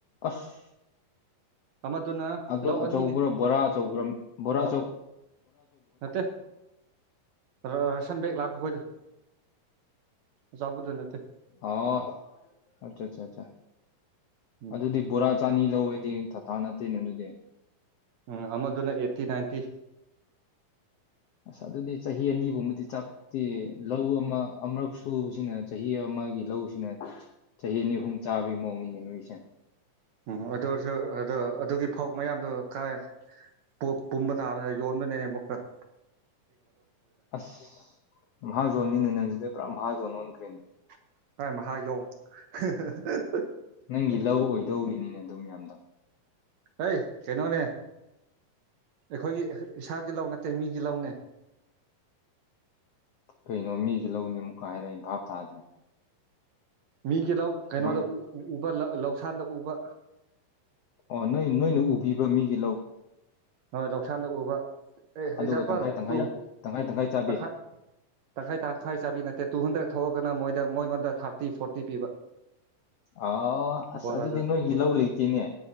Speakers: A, on the left; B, on the right.
A: ꯑꯁ
B: ꯑꯃꯗꯨꯅ
A: ꯑꯗꯨ
B: ꯂꯧ
A: ꯑꯆꯧꯕ꯭ꯔꯣ
B: ꯑꯅꯤꯅꯦ
A: ꯕꯣꯔꯥ ꯑꯆꯧꯕ꯭ꯔ ꯕꯣꯔꯥꯆꯧ
B: ꯅꯠꯇꯦ ꯔꯦꯁꯟ ꯕꯦꯛ ꯂꯥꯛꯄ ꯈꯣꯏꯗꯣ ꯑꯆꯥꯎꯕꯗꯨ ꯅꯠꯇꯦ
A: ꯑꯣ ꯑꯆꯥ ꯑꯆꯥ ꯑꯆꯥ
B: ꯎꯝ
A: ꯑꯗꯨꯗꯤ ꯕꯣꯔꯥ ꯆꯥꯅꯤ ꯂꯧꯋꯦꯗꯤ ꯑꯥ ꯅꯠꯇꯦꯅꯦ ꯑꯗꯨꯗꯤ
B: ꯎꯝ ꯑꯃꯗꯨꯅ ꯑꯦꯠꯇꯤ ꯅꯥꯏꯟꯇꯤ
A: ꯑꯁ ꯑꯗꯨꯗꯤ ꯆꯍꯤ ꯑꯅꯤ ꯒꯨꯝꯕꯗꯤ ꯆꯥꯛꯇꯤ ꯂꯧ ꯑꯃ ꯑꯃꯔꯛ ꯁꯨꯕꯁꯤꯅ ꯆꯍꯤ ꯑꯃꯒꯤ ꯂꯧꯁꯤꯅ ꯆꯍꯤ ꯑꯅꯤ ꯑꯍꯨꯝ ꯆꯥꯕꯒꯤ ꯃꯑꯣꯡꯅꯤꯅꯦ ꯅꯣꯏꯁꯦ
B: ꯎꯝ ꯑꯗꯨ ꯑꯣꯏꯔꯁꯨ ꯑ ꯑꯗꯨꯒꯤ ꯐꯧ ꯃꯌꯥꯝ ꯗꯨ ꯀꯥꯏ ꯕꯣꯠ ꯄꯨꯝꯕ ꯇꯥꯕꯅꯦ ꯌꯣ <unintelligible>
A: ꯑꯁ ꯃꯍꯥꯖꯣꯟꯅꯤꯅꯦ ꯅꯪꯁꯤꯗꯤ ꯄꯨꯔꯥ ꯃꯥꯍꯥꯖꯣꯟ ꯑꯣꯟꯈꯔꯦ
B: <unintelligible>
A: ꯅꯪꯒꯤ ꯂꯧ ꯑꯣꯏꯗꯧꯔꯤ ꯃꯤ ꯑꯗꯨꯝ ꯌꯥꯝꯃꯤꯗꯣ
B: ꯑꯩ ꯀꯩꯅꯣꯅꯦ ꯑꯩꯈꯣꯏꯒꯤ ꯏꯁꯥꯒꯤ ꯂꯧ ꯅꯠꯇꯦ ꯃꯤꯒꯤ ꯂꯧꯅꯦ
A: ꯀꯩꯅꯣ ꯃꯤꯒꯤ ꯂꯧꯅꯤ ꯑꯃꯨꯛ ꯍꯥꯏꯔꯂ ꯑꯩ ꯚꯥꯕ ꯇꯥꯗ꯭ꯔꯦ
B: ꯃꯤꯒꯤ ꯂꯧ ꯀꯩꯅꯣꯗ
A: ꯀꯃꯥꯏꯅ
B: ꯎꯕ ꯂꯧ ꯂꯧꯁꯥꯟꯗ ꯎꯕ
A: ꯑꯣ ꯅꯣꯏ ꯅꯣꯏꯅ ꯎꯕꯤꯕ ꯃꯤꯒꯤ ꯂꯧ
B: ꯍꯣꯏ ꯂꯧꯁꯥꯟꯗ ꯎꯕ ꯑꯦ
A: ꯑꯗꯨꯒ
B: ꯑꯦꯛꯖꯥꯝꯄꯜ
A: ꯇꯪꯈꯥꯏ ꯇꯪꯈꯥꯏ
B: ꯇꯨ
A: ꯇꯪꯈꯥꯏ ꯆꯥꯕꯤ
B: ꯇꯪꯈꯥꯏ ꯇꯪꯈꯥꯏ ꯇꯥ ꯇꯈꯥꯏ ꯆꯥꯕꯤ ꯅꯠꯇꯦ ꯇꯨ ꯍꯟꯗ꯭ꯔꯦꯗ ꯊꯣꯛꯑꯒꯅ ꯃꯣꯏꯗ ꯃꯣꯏꯉꯣꯟꯗ ꯊꯥꯔꯇꯤ ꯐꯣꯔꯇꯤ ꯄꯤꯕ
A: ꯑꯥ ꯑꯁ
B: ꯕꯣꯔꯥꯗꯨ
A: ꯑꯗꯨꯗꯤ ꯅꯣꯏꯒꯤ ꯂꯧ ꯂꯩꯇꯦꯅꯦ